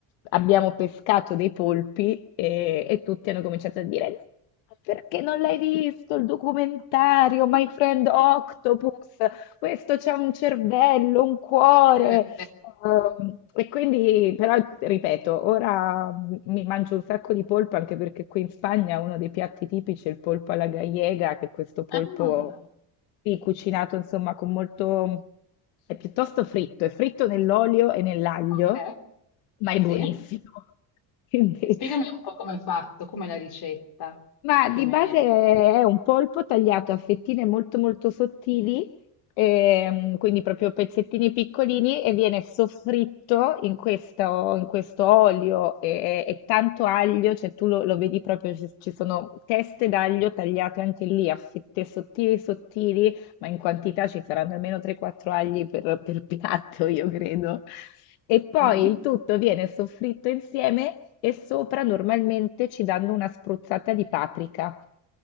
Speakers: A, on the left (about 85°); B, on the left (about 55°).
A: Abbiamo pescato dei polpi e, e tutti hanno cominciato a dire: "No, Perché non l'hai visto il documentario My
B: <laughs>
A: Friend Octopus? Questo c'ha un cervello, un cuore.
B: Eh,
A: Ehm, e quindi, però, ripeto, ora m- mi mangio un sacco di polpo anche perché qui in Spagna uno dei piatti tipici è il polpo alla gallega, che è questo polpo
B: Ah,
A: sì, cucinato insomma con molto... è piuttosto fritto, è fritto nell'olio e nell'aglio,
B: ok,
A: ma è
B: sì.
A: buonissimo. <laughs> Quindi
B: Spiegami un po' come è fatto, come è la ricetta,
A: ma
B: più
A: di
B: o meno.
A: base è un polpo tagliato a fettine molto molto sottili, ehm, quindi proprio pezzettini piccolini e viene soffritto in questo, in questo olio e, e tanto aglio, cioè tu lo, lo vedi proprio, ci, ci sono teste d'aglio tagliate anche lì a fette sottili sottili ma in quantità ci saranno almeno 3-4 agli per, per piatto, io credo. E poi
B: Mhm.
A: il tutto viene soffritto insieme e sopra normalmente ci danno una spruzzata di paprika